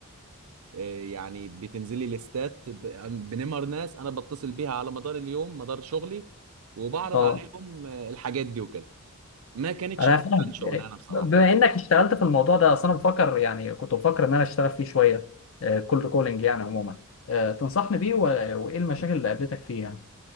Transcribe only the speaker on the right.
ويعني بتنزل لي ليستات ب- بنمر ناس أنا بتصل بيها على مدار اليوم مدار شغلي وبعرض
عليهم آه، الحاجات دي وكده ما كانتش
أحسن
شغلانة
بصراحة